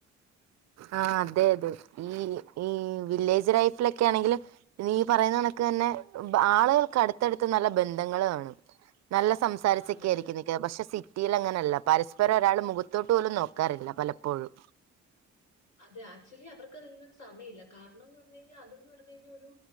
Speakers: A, on the right; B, on the left.
A: ആ അതെ അതെ ഈ ഈ വില്ലേജ് ലൈഫിലൊക്കെ ആണെങ്കില് ഈ പറയുന്ന കണക്ക് തന്നെ ആളുകൾക്ക് അടുത്തടുത്ത് നല്ല ബന്ധങ്ങള് കാണും. നല്ല സംസാരിച്ചൊക്കെയാരിക്കും
B: അതെ അതെ
A: നിൽക്കുന്നത്. പക്ഷെ സിറ്റ് റ്റിയിലങ്ങനെയല്ല. പരസ്പരം ഒരാള് മുഖത്തോട്ട് പോലും നോക്കാറില്ല പലപ്പോഴും
B: അതെ ആക്ച്ച്വലി അവർക്കതിനൊന്നും സമയില്ല. കാരണംന്ന് പറഞ്ഞു കഴിഞ്ഞാ അതന്ന് പറഞ്ഞ് കഴിഞ്ഞാ ഒരു